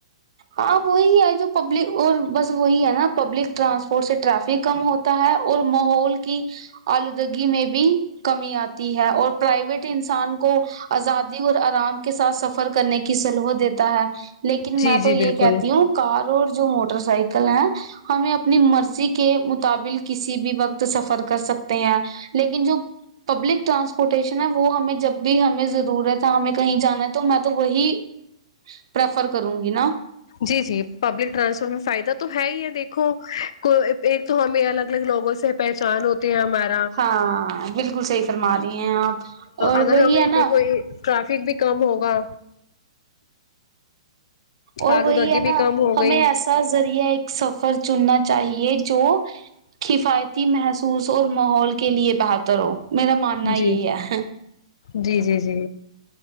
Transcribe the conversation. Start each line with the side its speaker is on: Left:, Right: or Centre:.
Right: ہاں وہی ہے جو پبلک اور بس وہی ہے نا پبلک ٹرانسپورٹ سے ٹرافک کم ہوتا ہے اور ماحول کی آلودگی میں بھی کمی آتی ہے اور پرائیویٹ انسان کو آزادی اور آرام کے ساتھ سفر کرنے کی سہولت دیتا ہے لیکن لیکن
Left: جی
Right: میں
Left: جی
Right: تو یہ
Left: بالکل
Right: کہتی ہوں کار اور جو موٹر سائیکل ہیں ہمیں اپنی مرضی کے مطابل کسی بھی وقت سفر کر سکتے ہیں لیکن جو پبلک ٹرانسپورٹیشن ہے وہ ہمیں جب بھی ہمیں ضرورت ہے ہمیں کہیں جانا ہے تو میں تو وہی پرریفر کروں گی نا
Left: جی جی پبلک ٹرانسپورٹ میں فائدہ تو ہے ہی ہے دیکھو کو ایک تو ہمیں الگ الگ لوگوں سے پہچان ہوتے ہیں ہمارے
Right: ہاں بالکل صحیح فرما رہی ہیں آپ اور
Left: اگر
Right: وہی
Left: ہمیں
Right: ہے نا
Left: دیکھو ٹریفک بھی کم ہوگا
Right: اور
Left: آلوودگی
Right: وہی ہے نا
Left: بھی کم ہو
Right: ہمیں
Left: گئی
Right: ایسا ذریعہ ایک سفر چننا چاہیے جو کفایتی محسوس اور ماحول کے لیے بہتر ہو میرا ماننا یہ
Left: جی
Right: ہے
Left: جی جی جی